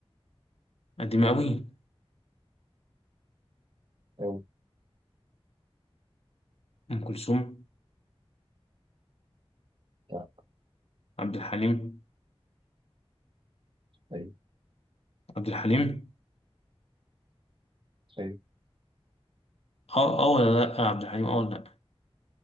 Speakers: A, on the left (about 75°); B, on the right (about 55°).
A: قديمة أوي
B: أوي
A: أم كلثوم
B: لا
A: عبد الحليم
B: أيوة
A: عبد الحليم
B: أيوة
A: اه اه ولا لا عبد الحليم اه ولا لا